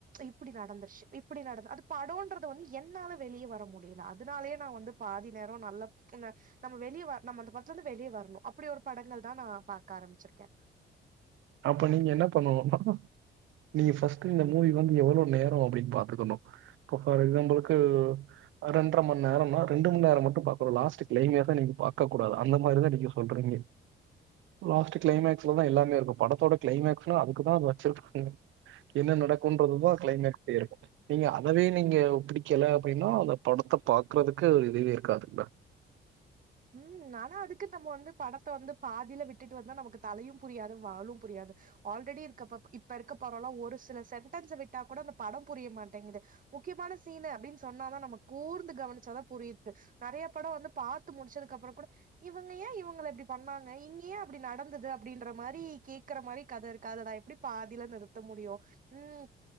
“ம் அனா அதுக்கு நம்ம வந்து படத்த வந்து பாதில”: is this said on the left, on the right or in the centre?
Right